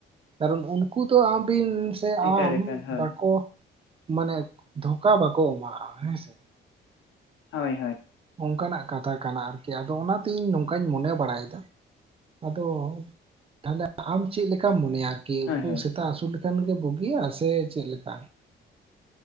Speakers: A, on the right; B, on the left.
A: ᱠᱟᱨᱚᱱ ᱩᱱᱠᱩ ᱫᱚ ᱟᱢ ᱵᱤᱱ ᱥᱮ
B: ᱮᱠᱟᱞ
A: ᱟᱢ
B: ᱮᱠᱟᱞ ᱦᱳᱭ
A: ᱵᱟᱠᱚ ᱢᱟᱱᱮ ᱫᱷᱳᱠᱟ ᱵᱟᱠᱚ ᱮᱢᱟᱜᱼᱟ ᱦᱮᱸ ᱥᱮ᱾
B: ᱦᱳᱭ ᱦᱳᱭ᱾
A: ᱚᱱᱠᱟᱱᱟᱜ ᱠᱟᱛᱷᱟ ᱠᱟᱱᱟ ᱟᱨᱠᱤ ᱟᱫᱚ ᱚᱱᱟᱛᱮᱧ ᱱᱚᱝᱠᱟᱧ ᱢᱚᱱᱮ ᱵᱟᱲᱟᱭᱮᱫᱟ ᱟᱫᱚ ᱛᱟᱦᱞᱮ ᱟᱢ ᱪᱮᱜ ᱞᱮᱠᱟᱢ ᱢᱚᱱᱮᱭᱟ? ᱠᱤ
B: ᱦᱳᱭ
A: ᱩᱱᱠᱩ
B: ᱦᱳᱭ
A: ᱥᱮᱛᱟ ᱟᱹᱥᱩᱞ ᱞᱮᱠᱷᱟᱱ ᱜᱮ ᱵᱩᱜᱤᱭᱟ ᱥᱮ ᱪᱮᱜ ᱞᱮᱠᱟ?